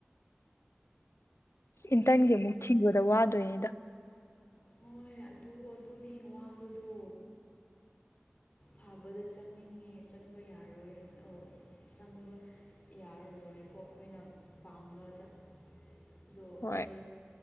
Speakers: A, on the left; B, on the left.
A: ꯏꯟꯇꯔꯟꯒꯤ
B: ꯅꯪꯗꯤ
A: ꯑꯃꯨꯛ ꯊꯤꯕꯗ ꯋꯥꯗꯣꯏꯅꯤꯗ
B: ꯍꯣꯏ ꯑꯗꯨ ꯑꯗꯨꯅꯤ ꯋꯥꯕꯗꯣ ꯐꯥꯕꯗ ꯆꯪꯅꯤꯡꯉꯦ ꯆꯪꯕ ꯌꯥꯔꯣꯏ ꯑꯣ ꯆꯪꯕ ꯌꯥꯔꯔꯣꯏꯀꯣ ꯑꯩꯈꯣꯏꯅ ꯄꯥꯝꯕꯗ ꯑꯗꯣ
A: ꯍꯣꯏ
B: ꯑꯇꯩ